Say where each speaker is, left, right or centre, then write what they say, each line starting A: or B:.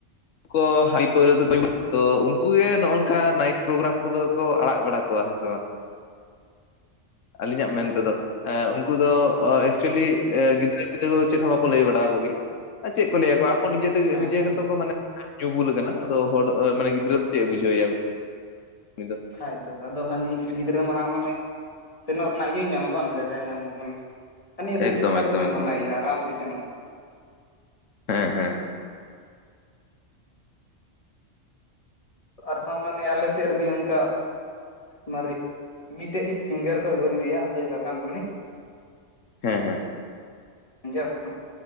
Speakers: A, on the left (about 85°); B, on the left (about 30°).
A: ᱠᱚ <unintelligible> ᱯᱟᱹᱨᱣᱟᱹ ᱫᱚᱠᱚ ᱧᱩ ᱛᱚ ᱩᱝᱠᱩᱜ ᱜᱮ ᱱᱚᱝᱠᱟ ᱱᱟᱭᱤᱴ ᱯᱨᱳᱜᱨᱟᱢ ᱠᱚᱫᱚ ᱠᱚ ᱟᱲᱟᱜ ᱵᱟᱲᱟ ᱠᱚᱣᱟ ᱦᱮᱸ ᱥᱮ ᱵᱟᱝ? ᱟᱹᱞᱤᱧᱟᱜ
B: ᱦᱮᱸ
A: ᱢᱮᱱᱛᱮᱫᱚ, ᱮ ᱩᱱᱠᱩ ᱫᱚ ᱮᱠᱪᱚᱞᱤ
B: ᱦᱮᱸ
A: ᱮ ᱜᱤᱫᱽᱟᱹ ᱯᱤᱫᱽᱨᱟᱹ ᱫᱚ ᱪᱮᱫ ᱦᱚᱸ ᱵᱟᱠᱚ ᱞᱟᱹᱭ ᱵᱟᱲᱟ ᱟᱠᱚ ᱜᱮᱭᱟ ᱟᱨ ᱪᱮᱫ ᱠᱚ ᱞᱟᱹᱭᱟᱠᱚᱣᱟ ᱟᱠᱚ ᱱᱤᱡᱮ ᱛᱮᱜᱮ
B: ᱦᱮᱸ
A: ᱱᱤᱡᱮ
B: ᱦᱮᱸ
A: ᱜᱮᱛᱚ ᱠᱚ ᱢᱟᱱᱮ ᱧᱩ ᱵᱩᱞ ᱠᱟᱱᱟ ᱟᱫᱚ ᱦᱚᱲ ᱢᱟᱱᱮ ᱜᱤᱫᱽᱨᱟᱹ ᱫᱚ ᱪᱮᱫ ᱮ ᱵᱩᱡᱷᱟᱹᱣᱮᱭᱟ ᱩᱱᱤ ᱫᱚ᱾
B: ᱠᱷᱟᱡ ᱫᱚ ᱦᱟᱹᱱᱤ ᱜᱤᱫᱽᱨᱟᱹ ᱢᱟᱦᱟᱸ ᱢᱟᱱᱮ ᱥᱮᱱᱚᱜ ᱨᱮᱱᱟᱜ ᱤᱭᱟᱹ ᱧᱟᱢᱟ ᱵᱟᱝ ᱡᱟᱜᱟᱭ ᱧᱟᱢᱟ ᱢᱟᱱᱮ, ᱦᱟᱱᱤ ᱵᱩᱞ
A: ᱮᱠᱫᱚᱢ
B: ᱠᱚ ᱠᱷᱟᱱ
A: ᱮᱠᱫᱚᱢ
B: ᱫᱚ ᱚᱠᱚᱭ ᱢᱟᱱᱟᱣᱮᱭᱟ
A: ᱮᱠᱫᱚᱢ
B: ᱟᱨᱟᱢ ᱥᱮ ᱥᱮᱱᱚᱜᱼᱟ᱾
A: ᱦᱮᱸ ᱦᱮᱸ᱾
B: ᱟᱨᱦᱚᱸ ᱢᱟᱱᱮ ᱟᱞᱮ ᱥᱮᱜ ᱨᱮᱜᱤ ᱚᱝᱠᱟ ᱢᱟᱨᱤᱡ ᱢᱤᱫᱴᱮᱡ ᱥᱤᱝᱜᱟᱨ ᱠᱚ ᱟᱹᱜᱩ ᱞᱮᱭᱟ ᱚᱱᱛᱮ ᱡᱷᱟᱲᱠᱷᱚᱱᱰ ᱨᱤᱱᱤᱡ᱾
A: ᱦᱮᱸ ᱦᱮᱸ᱾
B: <unintelligible>